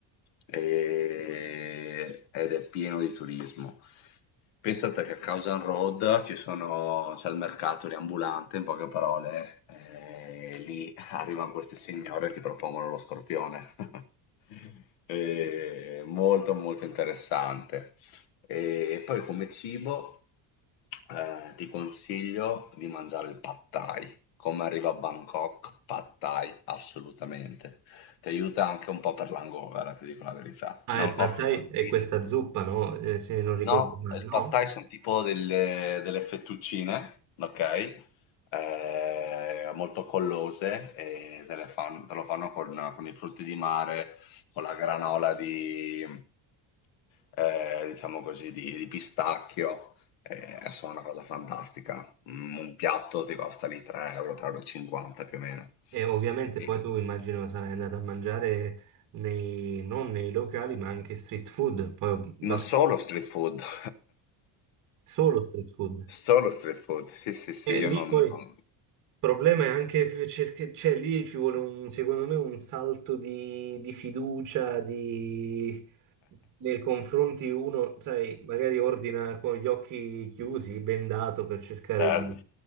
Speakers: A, on the left; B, on the right.
A: E- ed è pieno di turismo. Pensate che a Cowsand Road ci sono, c'è il mercato lì ambulante, in poche parole, eh, lì arrivano queste signore e ti propongono lo scorpione. <laughs> Eh, molto molto interessante. E poi come cibo eh, ti consiglio di mangiare il pad thai. Come arriva a Bangkok, pad thai, assolutamente. Ti aiuta anche un po' per l'hangover, ti dico la verità.
B: Ah,
A: Non
B: il
A: costa
B: pad thai
A: tantissimo.
B: è questa zuppa, no? Eh, se non ricordo
A: No,
B: male,
A: il
B: no?
A: pad thai sono tipo delle, delle fettuccine, ok? Eh, molto collose e te, le fan- te lo fanno con, con i frutti di mare, con la granola di, eh, diciamo così, di, di pistacchio. Eh, è solo una cosa fantastica. Mm, Un piatto ti costa lì 3 euro, 3,50 più o meno.
B: E ovviamente
A: E
B: poi tu immagino sarai andato a mangiare nei, non nei locali, ma anche street food, poi vabbè,
A: non solo street food, <laughs>
B: solo street food.
A: solo street food. Sì, sì, sì,
B: E
A: io
B: lì
A: non...
B: poi
A: non...
B: Il problema è anche f- cerche- cioè lì ci vuole un, secondo me un salto di, di fiducia di- nei confronti uno, sai, magari ordina con gli occhi chiusi, bendato per cercare
A: Certo.
B: di,